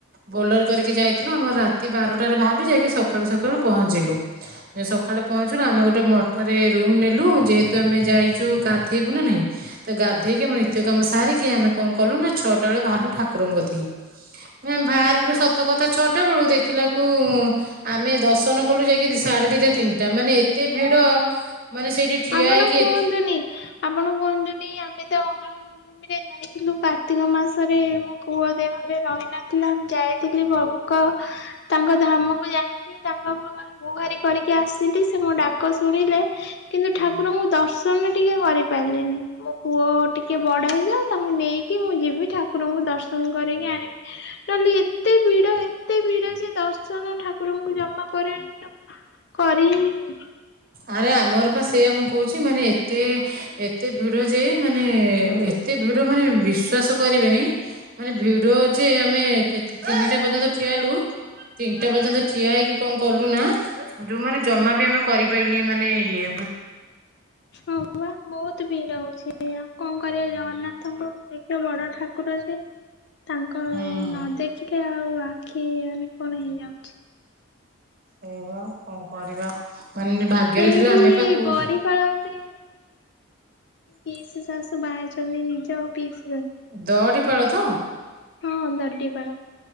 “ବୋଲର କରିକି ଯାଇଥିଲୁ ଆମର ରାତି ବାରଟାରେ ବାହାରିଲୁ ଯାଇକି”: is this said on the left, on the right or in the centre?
Right